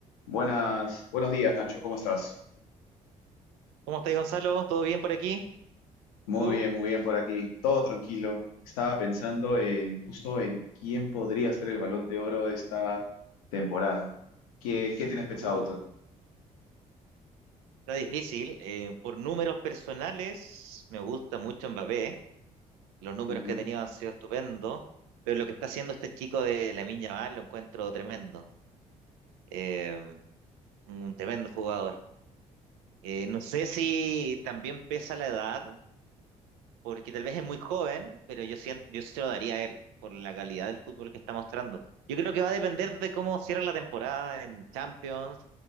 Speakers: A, on the left; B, on the right.
A: Buenas, buenos días, Nacho, ¿cómo estás?
B: ¿Cómo estás, Gonzalo? ¿Todo bien por aquí?
A: Muy
B: ¿Tú?
A: bien, muy bien por aquí, todo tranquilo. Estaba pensando en justo en quién podría ser el Balón de Oro de esta temporada. ¿Qué, qué tienes pensado
B: Uh,
A: tú?
B: está difícil. Eh, por números personales, me gusta mucho Mbappé. Los números
A: Ujú.
B: que ha tenido han sido estupendos. Pero lo que está haciendo este chico de Lamine Yamal lo encuentro tremendo. Eh, un tremendo jugador. Eh, no sé si también pesa la edad, porque tal vez es muy joven, pero yo siento, yo se lo daría a él por la calidad del fútbol que está mostrando. Yo creo que va a depender de cómo cierra la temporada en Champions,